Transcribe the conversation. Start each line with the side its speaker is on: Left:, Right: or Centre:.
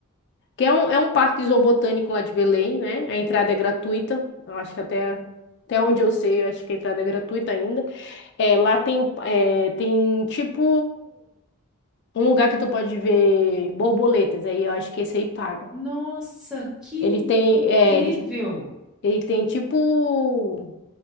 Left: Que é um, é um parque zoobotânico lá de Belém, né? A entrada é gratuita. Eu acho que até, até onde eu sei, eu acho que a entrada é gratuita ainda. É, lá tem, o- é, tem tipo um lugar que tu pode ver borboletas. Aí eu acho que esse aí paga.
Centre: Nossa, que
Left: Ele tem,
Centre: incrível!
Left: é, ele, ele tem tipo.